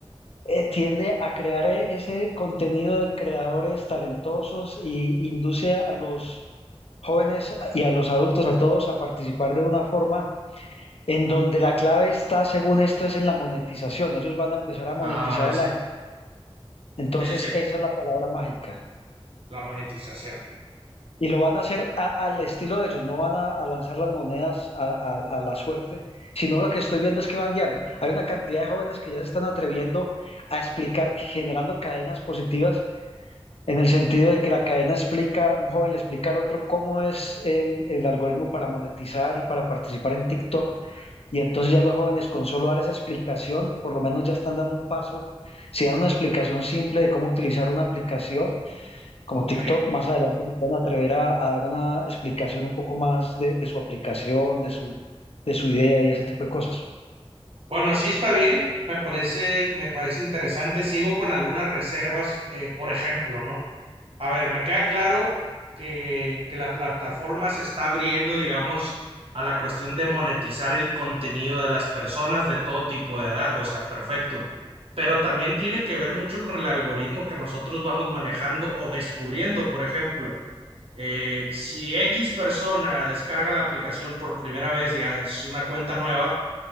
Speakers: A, on the left; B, on the right.
A: eh, tiende a crear eh, ese contenido de creadores talentosos y induce a los jóvenes y a los adultos, a todos, a participar de una forma en donde la clave está, según esto, es en la monetización. Ellos van a empezar a monetizar
B: Ah, vale,
A: a
B: sí.
A: la gente. Entonces,
B: Sí, sí, sí.
A: esa es la palabra mágica.
B: La monetización.
A: Y lo van a hacer a- al estilo de ellos, no van a, a lanzar las monedas a, a- a la suerte, sino lo que estoy viendo es que van guiando. Hay una cantidad de jóvenes que ya se están atreviendo a explicar, generando cadenas positivas, en el sentido de que la cadena explica, un joven le explica al otro cómo es el, el algoritmo para monetizar y para participar en TikTok. Y entonces ya los jóvenes con solo dar esa explicación, por lo menos ya están dando un paso. Si dan una explicación simple de cómo utilizar una aplicación, como
B: Ok.
A: TikTok, más adelante se pueden atrever a, a dar una explicación un poco más de, de su aplicación, de su, de su idea y ese tipo de cosas.
B: Bueno, así está bien, me parece, me parece interesante. Sigo con algunas reservas, eh, por ejemplo, ¿no? A ver, me queda claro que, que la plataforma se está abriendo, digamos, a la cuestión de monetizar el contenido de las personas de todo tipo de edad, o sea, perfecto. Pero también tiene que ver mucho con el algoritmo que nosotros vamos manejando o descubriendo, por ejemplo. eh, si X persona descarga la aplicación por primera vez, ya es una cuenta nueva